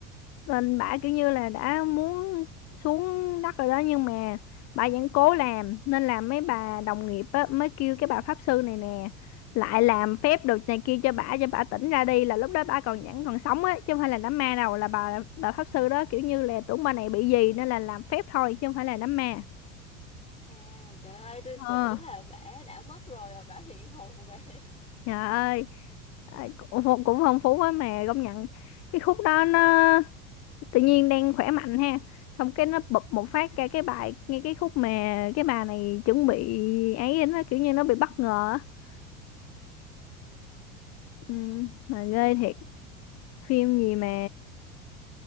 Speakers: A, on the left; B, on the left.
A: lên bả kiểu như là đã muốn xuống đất rồi đó nhưng mà bà vẫn cố làm nên là mấy bà đồng nghiệp á, mới kêu cái bà pháp sư này nè lại làm phép đồ này kia cho bả cho bả tỉnh ra đi là lúc đó bả còn vẫn còn sống á chứ không phải là đám ma đâu là bà bà pháp sư đó kiểu như là tưởng bà này bị gì nên là làm phép thôi chứ không phải là đám ma
B: à trời ơi tôi
A: ờ
B: tưởng là bả đã mất rồi và bả hiện hồn về <laughs>
A: trời ơi Ờ, cũng cũng phong phú quá mà công nhận cái khúc đó nó tự nhiên đang khỏe mạnh ha xong cái nó bụp một phát ra cái bài ngay cái khúc mà cái bà này chuẩn bị ấy nó kiểu như nó bị bất ngờ á.
B: ừ,
A: ừ, mà ghê thiệt phim gì mà